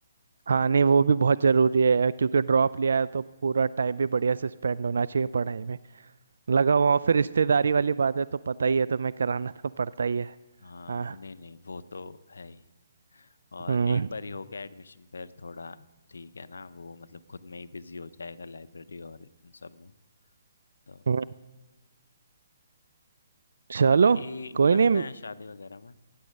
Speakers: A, on the right; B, on the left.
A: हाँ
B: और
A: नहीं वो भी बहुत जरूरी है क्योंकि ड्रॉप लिया है तो पूरा टाइम भी बढ़िया से स्पेंड होना चाहिए पढ़ाई में लगा हुआ हूँ, फिर रिश्तेदारी वाली बात है तो पता ही है तुम्हें कराना तो पड़ता ही है
B: हाँ
A: हाँ
B: वो नहीं नहीं वो तो है ही और
A: हम्म
B: एक बार ही हो गया एडमिशन फिर थोड़ा ठीक है ना वो मतलब खुद में ही बिजी हो जाएगा लाइब्रेरी और इन सब में तो
A: हम्म, चलो
B: बाकी
A: कोई
B: मिलते
A: नहीं
B: हैं शादी वगैरह में